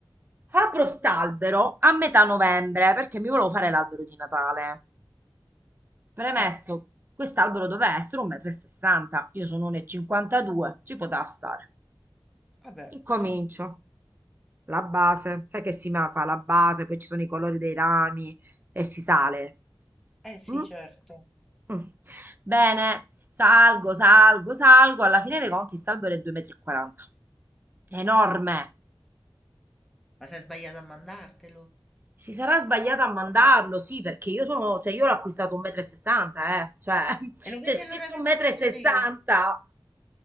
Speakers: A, on the right; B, in the centre.
A: Apro st'albero a metà novembre perché mi volevo fare l'albero di Natale. Premesso,
B: Eh,
A: quest'albero doveva essere 1,60 m. Io sono 1,52 m, ci poteva stare.
B: vabbè,
A: Incomincio,
B: sì.
A: la base, sai che si ma- fa la base, poi ci sono i colori dei rami e si sale.
B: Eh sì,
A: Mm?
B: certo.
A: Mm. Bene, salgo, salgo, salgo, alla fine dei conti salvo è 2,40 m. Enorme!
B: Ma sei sbagliato a mandartelo.
A: Si sarà sbagliata a mandarlo, sì, perché io sono, cioè io l'ho acquistato 1,60 m, eh, cioè <laughs>
B: E lo
A: c'è
B: vedi
A: scritto
B: allora che
A: 1,60
B: c'ho ragione io.